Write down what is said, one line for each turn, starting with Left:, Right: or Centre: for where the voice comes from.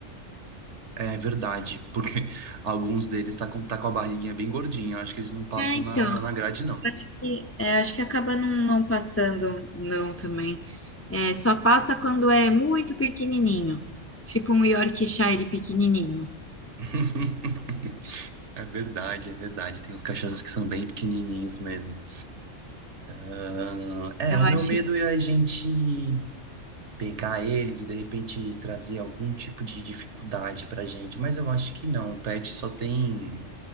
Right: É verdade, porque <laughs> alguns deles tá com, tá com a barriguinha bem gordinha. Eu acho que eles não passam
Left: É, então,
Right: na, na grade, não.
Left: acho que, é, acho que acaba não, não passando, não, também. É, só passa quando é muito pequenininho, tipo um Yorkshire pequenininho.
Right: <laughs> É verdade, é verdade. Tem os cachorros que são bem pequenininhos mesmo. Ah, é,
Left: Eu
Right: o
Left: acho
Right: meu medo
Left: que
Right: é a gente pegar eles e de repente trazer algum tipo de dificuldade pra gente, mas eu acho que não. O pet só tem